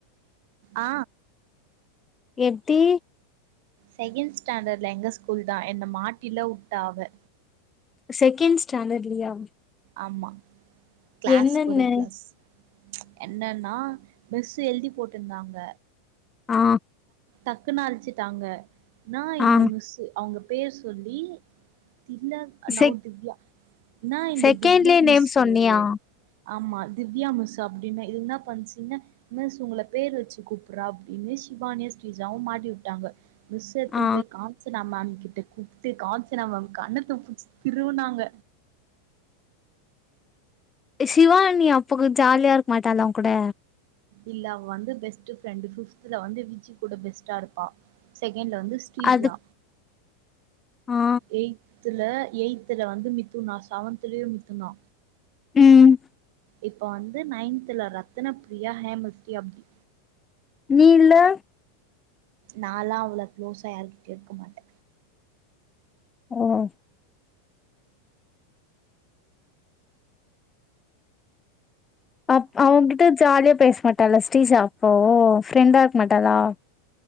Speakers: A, on the right; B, on the left.
A: ஆ
B: எப்டி
A: செகண்ட் ஸ்டாண்டர்ட்ல எங்க ஸ்கூல்தா என்ன மாட்டில்லாவுட்டா அவ
B: செகண்ட் ஸ்டாண்டர்ட்லியா
A: ஆமா கிளாஸ்
B: என்னன்னு
A: ஒரே கிளாஸ் என்னன்னா மிஸ்சு எழுதி போட்ருந்தாங்க
B: ஆ
A: டக்குனு அழிச்சுட்டாங்க நா இல்ல
B: ஆ
A: மிஸ்சு அவங்க பேர் சொல்லி தில்ல நவ்
B: செக்
A: திவ்யா நா இந்த
B: செகண்ட்லயே
A: திவ்யா மிஸ்சு
B: நேம் சொன்னியா
A: இல்லே ஆமா திவ்யா மிஸ்சு அப்டின்னா இது இன்னா பண்சுங்க மிஸ் உங்கள பேர் வெச்சு கூப்புட்றா அப்டின்னு சிவானியூ ஸ்ரீஜாவு மாட்டி வுட்டாங்க மிஸ் எத்துனூ
B: ஆ
A: போயி காம்சு நாம அன்னைக்கு திட் கூப்டு காஞ்சனா மேம் கண்ணத்த புட்ச்சி திருவுனாங்க
B: சிவானி அப்பக்கூட ஜாலியா இருக்க மாட்டால்ல உங் கூட
A: இல்ல அவ வந்து பெஸ்ட் ஃப்ரெண்டு் ஃபிப்த்ல வந்து விஜி கூட பெஸ்ட்டா இருப்பா செகண்ட்ல வந்து பீட்சா
B: அது ஆ
A: எய்த்துல எய்த்துல வந்து மித்துனா செவன்துலயு மித்துனா
B: ம்
A: இப்ப வந்து நைன்த்துல ரத்தனப் பிரியா ஹேமஸ்ரீ அப்டி
B: நீல்ல
A: நாலா அவ்ளே க்ளோஸா யாருக்கிட்டயு இருக்க மாட்ட
B: பரவா அப் அவங்ககிட்ட ஜாலியா பேச மாட்டாளா ஸ்ரீஷா அப்போ ஃப்ரெண்டா இருக்க மாட்டாளா